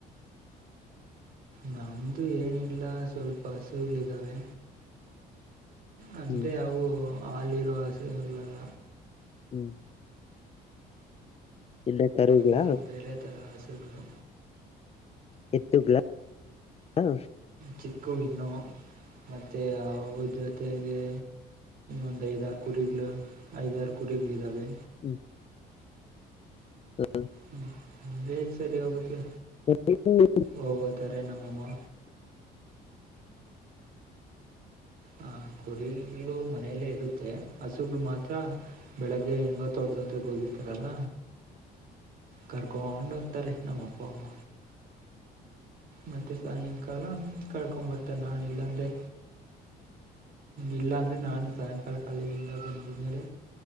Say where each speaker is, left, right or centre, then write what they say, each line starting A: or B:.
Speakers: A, on the right; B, on the left.
A: ನಮ್ದು ಏನಿಲ್ ಲ್ಲ ಸ್ವಲ್ಪ ಹಸೂಗ್ಳಿದ್ದಾವೆ. ಅಂದ್ರೆ
B: ಹ್ಮ್
A: ಅವು ಹಾಲಿರೊ ಹಸುಗಳಲ್ಲ.
B: ಹ್ಮ್ ಇನ್ನ ಕರುಗಳ
A: ಇದು ಬೇರೆ ಥರ ಹಸುಗಳು
B: ಎತ್ತುಲ ಹ
A: ಚಿಕ್ಕು ಇನ್ನು ಮತ್ತೆ ಅವು ಜೊತೆಗೆ ಒಂದ್ ಐದಾರು ಕುರಿಗಳು ಐದಾರು ಕುರಿಗಳು ಇದಾವೆ
B: ಹ್ಮ್ ಹ್ಮ
A: ಹ್ಮ್ ಅದೇ ಸರಿ ಹೋಗುತ್ತೆ
B: ಹ
A: ಹೋಗೋತಾರೆ ನಮ್ಮಮ್ಮ ಹ ಕುರಿಗಳು ಮನೆಯಲ್ಲೇ ಇರುತ್ತೆ ಹಸುಗಳು ಮಾತ್ರ ಬೆಳಗ್ಗೆ ಹೆಂಗೋ ತೋಟದೊತ್ತಗೆ ಹೋಗಿರ್ತಾರಲ್ಲ ಕರ್ಕೊಂಡು ಹೋಗ್ತಾರೆ ನಮ್ಮ ಅಪ್ಪ ಅಮ್ಮ ಮತ್ತೆ ಸಾಯಂಕಾಲ ಕಳ್ಕೊ್ ಬರ್ತನೆ ನಾನ್ ಇಲ್ಲಾಂದೆ ಇಲ್ಲಾಂದ್ರೆ ನಾನು ಸಾಯಂಕಾಲ ಕಾಲೇಜಿಂದ ಬಂದಿದ ಮೇಲೆ